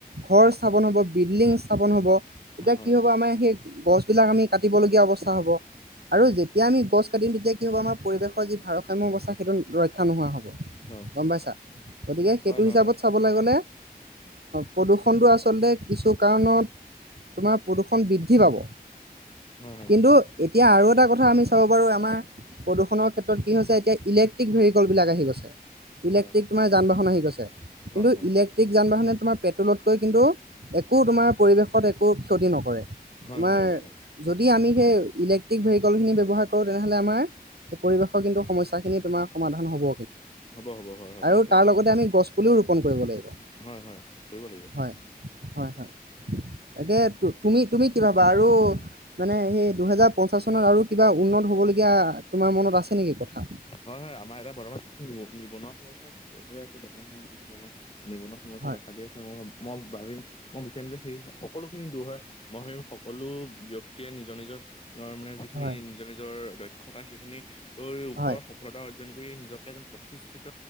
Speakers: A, on the right; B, on the left.
A: ঘৰ চাবন হব বিল্ডিং স্থাপন হব তেতিয়া
B: হয়
A: কি হ'ব আমাৰ সেই গছ বিলাক আমি কাটিবলগীয়া অৱস্থা হ'ব আৰু খোজ কঢিম তেতিয়া কি হ'ব আমাৰ পৰিৱেশ যি ভাৰসাম্যৰ অৱস্থা সেইটো ৰক্ষা নোহোৱা হ'ব।
B: হয় হয় হয়
A: গম পাইছা গতিকে সেইটো
B: হয় হয় হয়
A: হিচাপত চাবলৈ গলে প্ৰদূষণটো আচলতে কিছু কাৰণত তোমাৰ প্ৰদূষণ বৃদ্ধি পাব
B: হয় হয়
A: কিন্তু এতিয়া আৰু এটা কথা আমি চাব বাৰু আমাৰ প্ৰদূষণৰ ক্ষেত্ৰত কি হৈছে এতিয়া ইলেক্ট্ৰিক ভেহিককল বিলাক আহি গৈছে। ইলেক্ট্ৰিক
B: হয়।
A: তোমাৰ যান বাহন আহি গৈছে কিন্তু
B: হয় হয়
A: ইলেক্ট্ৰিক যান বাহনে তোমাৰ পেট্ৰলতকৈ কিন্তু একো তোমাৰ পৰিৱেশত একো ক্ষতি নকৰে।
B: হয়
A: তোমাৰ
B: হয় হয় হয়
A: যদি আমি সেই ইলেক্ট্ৰিক ভেহিক খিনি ব্যৱহাৰ কৰো তেনেহলে আমাৰ পৰিৱেশৰ কিন্তু সমস্যা খিনি তোমাৰ সমাধান হ'ব।
B: হ'ব হ'ব হয় হয়
A: আৰু
B: নিশ্চয়
A: তাৰ
B: নিশ্চয়
A: লগতে
B: নিশ্চয়
A: আমি গছ পুলিও ৰোপন কৰিব লাগিব।
B: হয় হয় কৰিব লাগিব।
A: হয় হয় হয় তাকে তুমি তুমি কি ভাবা আৰু মানে সেই দুহেজাৰ পঞ্চাশ চনত আৰু কিবা উন্নত হ'বলগীয়া তোমাৰ মনত আছে নেকি কথা।
B: হয় হয় আমাৰ এতিয়া বৰ্তমান কি নিবনুৱা সমস্যা আছে হৈ আছে। বৰ্তমান সময়ত যিখিনি আমাৰ নিবনুৱা সমস্যা
A: হয়
B: দেখা দি আছে মই মই ভাবিম মই বিচাৰিম যে সেই সকলোখিনি দূৰ হয় মই ভাৱিম সকলো ব্যক্তিয়ে নিজৰ নিজৰ অ মানে যিখিনি
A: হয়
B: নিজৰ নিজৰ দক্ষতা সেইখিনি ওপৰ
A: হয়
B: অৰ্জন কৰি নিজকে এজন প্ৰতিষ্ঠিত